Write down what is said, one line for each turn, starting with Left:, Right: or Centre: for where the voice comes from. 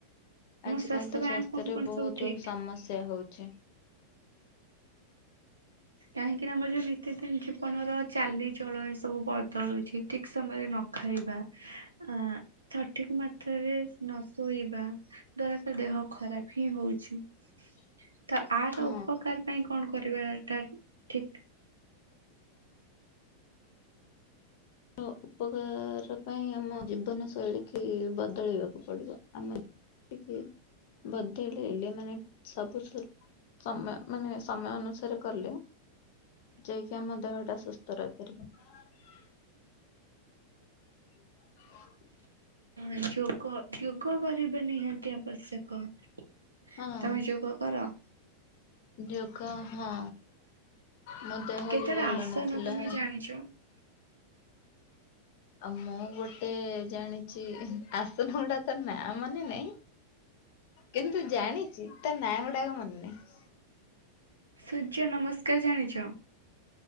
Left: ଆଜକାଲି
Right: ସ୍ୱାସ୍ଥ୍ୟ
Left: ତ
Right: ପାଇଁ
Left: ସ୍ୱାସ୍ଥ୍ୟରେ
Right: କଣ କଣ
Left: ବହୁତୁ
Right: ସବୁ ଠିକ
Left: ସମସ୍ୟା ହଉଛି।
Right: କାହିଁକି ନା ଆମର ଯୋଉ ନୀତିଦିନ ଜୀବନର ଚାଲି ଚଳଣି ସବୁ ବଦଳୁଛି। ଠିକ ସମୟରେ ନ ଖାଇବା ଆ ସଠିକ ମାତ୍ରାରେ ନ ଶୋଇବା ଦ୍ଵାରା ସେ ଦେହ ଖରାପ ହିଁ ହଉଛି।
Left: <inaudible>
Right: ତ ଆର
Left: ହଁ
Right: ଉପକାର ପାଇଁ କଣ କରିବାଟା ଠିକ?
Left: ଅ ଉପକାର ପାଇଁ ଆମ ଜୀବନ ଶୈଳୀ କି ବଦଳଇବାକୁ ପଡିବ ଆମ ଟିକି ବଦଳେଇଲେ ମାନେ ସବୁ ସୁ ସମୟ ମାନେ ସମୟ ଅନୁସାରେ କଲେ ଯାଇକି ଆମ ଦେହଟା ସୁସ୍ଥ ରହିପାରିବ। ହଁ <inaudible> <inaudible>
Right: ଏ ଯୋଉ କ ଯୋଗ କରିବା ନିହାତି ଆବଶ୍ୟକ, ତମେ
Left: ହଁ
Right: ଯୋଗ କର?
Left: ଯୋଗ ହଁ, ମୋ ଦେହ
Right: କେତେଟା
Left: ବି ଭଲ
Right: ଆସନ
Left: ନଥିଲା।
Right: <unintelligible>
Left: ଆଉ ମୁଁ ଗୋଟେ ଜାଣିଛି ଆସନଗୁଡା ତ ନାଁ ମନେ ନାଇଁ କିନ୍ତୁ ଜାଣିଛି ତା ନାଁ ଗୁଡାକ ମନେ ନାହିଁ।
Right: ସୂର୍ଯ୍ୟ ନମସ୍କାର ଜାଣିଛ?